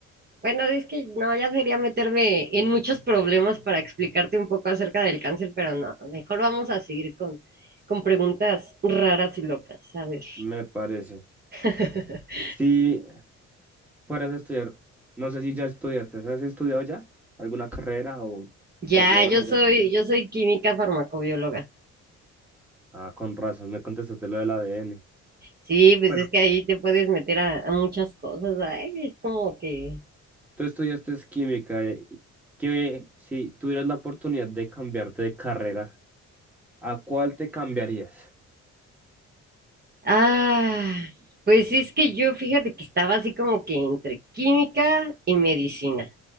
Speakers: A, on the right (about 30°); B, in the centre.
A: bueno, es que no, ya sería meterme en muchos problemas para explicarte un poco acerca del cáncer, pero no, mejor vamos a seguir con, con preguntas raras y locas. A ver.
B: me parece.
A: <laughs>
B: Si fueras a estudiar, no sé si ya estudiaste, ¿has estudiado ya alguna carrera o
A: Ya,
B: tecnólogo?
A: yo soy,
B: tecno-
A: yo soy química farmacobióloga.
B: Ah, con razón, me contestaste lo del ADN.
A: Sí, pues
B: Bueno,
A: es que ahí te puedes meter a, a muchas cosas. ay, es como que
B: tú estudiaste es química, eh, y- que si tuvieras la oportunidad de cambiarte de carrera. ¿A cuál te cambiarías?
A: Ah, pues sí, es que yo fíjate que estaba así como que entre química y medicina.